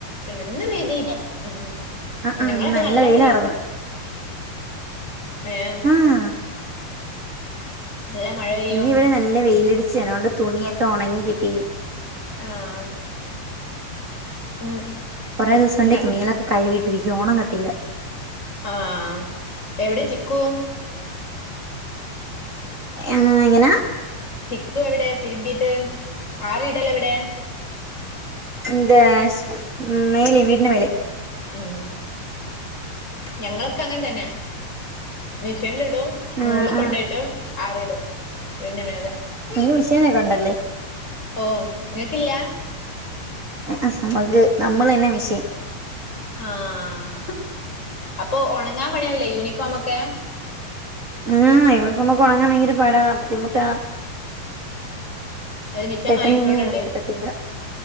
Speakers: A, on the left (about 20°); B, on the right (about 45°).
A: ണ്ട് ന്ന് പെയ്തില്ല ഉം
B: ആഹ് ആഹ്
A: ഞങ്ങളപ്പോ നല്ല
B: വെയിലാർന്ന്
A: മഴ പെയ്തു എം
B: ആഹ്
A: നല്ല മഴ പെയ്യും
B: ഇന്നി വിടെ നല്ല വെയില്ടിച്ച് അതോണ്ട് തുണിയൊക്കെ ഒണങ്ങി കിട്ടി
A: ആഹ് ഉം
B: കൊറെ ദിവസന്റെ
A: ഇങ്ങ
B: തണികളൊക്കെ കഴിവിട്ടിരിക്ക ഒണങ്ങത്തില്ല
A: ആഹ് എവിടെ ചിക്കു
B: എങ്ങന എങ്ങനാ
A: ചിക്കു എവിടെ തിരുമ്പീട്ട് ആറിടലെവിടെ
B: ഇന്റെ ശ് മേലി വിടിന മേലെ
A: ഉം ഞങ്ങളക്ക ങ്ങനെ തന്നെ മിഷനി ടും
B: ആഹ്
A: മോള്ല് കൊണ്ടെയിട്ട്
B: ആഹ്
A: ആറിടും വണ്യമേല
B: നീക്ക് മിഷിനെക്കണ്ടല്ലേ
A: ഓ നിങ്ങക്കില്ല
B: അഅ നമുക്ക് നമ്മള് തന്നെ മിഷീൻ
A: ആഹ് അപ്പൊ ഉണങ്ങാൻ പണിയാവുല്ലേ യൂണിഫോമ് ഒക്കെ
B: ആഹ് യൂണിഫോമ് ഒക്കെ ഉണങ്ങാൻ ഭയങ്കര പാടാ ബുദ്ധിമുട്ടാ
A: ഒരു മിഷൻ
B: പെട്ടെന്നൊന്നും
A: വാങ്ങിക്കോളുണ്ട്
B: ഉണങ്ങി കിട്ടത്തില്ല